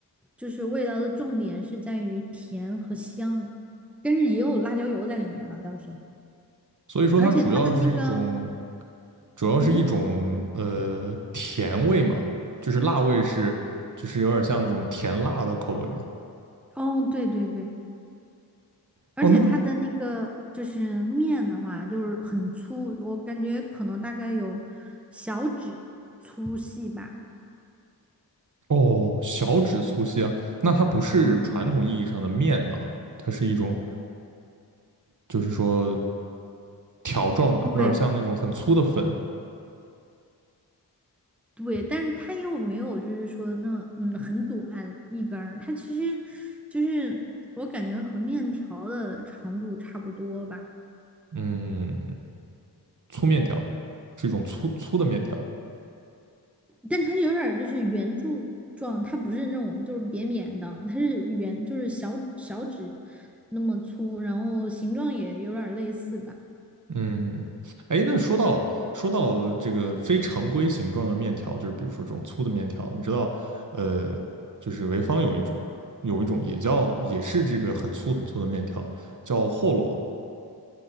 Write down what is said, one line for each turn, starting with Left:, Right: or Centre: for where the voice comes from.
Centre: 就是味道的重点是在于甜和香，但是也有辣椒油在里面了倒是，
Right: 所以说它主要是一种，
Centre: 而且它的那个，
Right: 主要是一种呃甜味嘛，
Centre: 嗯，
Right: 就是辣味是，就是有点像这种甜辣的口味嘛。
Centre: 哦，对对对，而且它的那个就是面的话，
Right: 哦，那
Centre: 就是很粗，我感觉可能大概有小指粗细吧，
Right: 哦小指粗细啊，那它不是传统意义上的面了，
Centre: 嗯，
Right: 它是一种就是说条状的，
Centre: 对，
Right: 有点像那种很粗的粉，
Centre: 对，但是它又没有，就是说那嗯很短一根儿，它其实就是我感觉和面条的长度差不多吧，
Right: 嗯，粗面条，是一种粗粗的面条。
Centre: 但它有点儿就是圆柱状，它不是那种就是扁扁的，它是圆，就是小小指那么粗，然后形状也有点儿类似吧。
Right: 嗯，哎，那说到说到这个非常规形状的面条，就是比如说这种粗的面条，你知道，呃，就是潍坊有一种，有一种也叫也是这个很粗很粗的面条，叫霍洛。